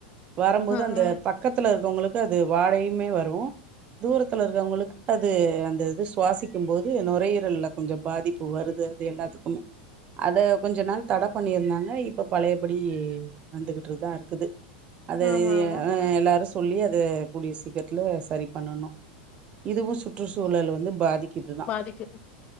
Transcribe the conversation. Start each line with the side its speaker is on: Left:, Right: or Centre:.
Right: வரம்போது
Left: ஆ
Right: அந்த
Left: ஆ
Right: பக்கத்துல இருக்கவுங்களுக்கு அது வாடையுமே வரு தூரத்துல இருக்கவுங்களுக்கு அது அந்த இது சுவாசிக்க க்கும் போது நுரையீரல்ல கொஞ்சோ பாதிப்பு வருது அது எல்லாத்துக்குமே அத கொஞ்ச நாள் தட பண்ணிருந்தாங்க இப் இப்ப பழையபடி வந்துகிட்டு தா இருக்குது அது
Left: ஆமா ஆமா
Right: எல்லாரு சொல்லி அத கூடிய சீக்கிரத்துல சரி பண்ணணு இதுவு சுற்றுச்சூழல் வந்து பாதிக் இதுதா
Left: பாதிக்குது